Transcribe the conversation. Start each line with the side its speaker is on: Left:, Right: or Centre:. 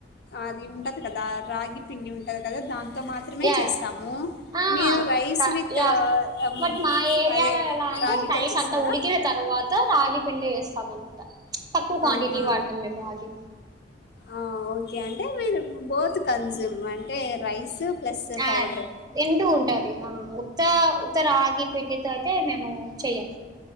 Left: అది ఉంటది కదా రా ఆగి పిండి ఉంటది కదా దా ముద్ద మాత్రమే
Right: యా
Left: చేస్తాము.
Right: ఆ
Left: మీరు రైస్
Right: క
Left: విత్
Right: యా
Left: అమ్
Right: బట్ మా ఏరియాలో
Left: అదే
Right: ఎలా అంటే
Left: రాగితో
Right: రైస్
Left: చేస్తారా
Right: అంతా ఉడికిన తర్వాత రాగి పిండి వేస్తాం అనమాట చ్ తక్కువ క్వాంటిటీ
Left: ఆహా
Right: వాడతాం మేము బగి
Left: ఆ ఓకే అంటే మీరు బోత్ కన్జూమ్ అంటే రైస్ ప్లస్
Right: ఆ
Left: పౌడర్
Right: ఎంటూ ఉంటది అమ్ ఉత్త త్త రాగి పిండితో అయితే మేము చెయ్యం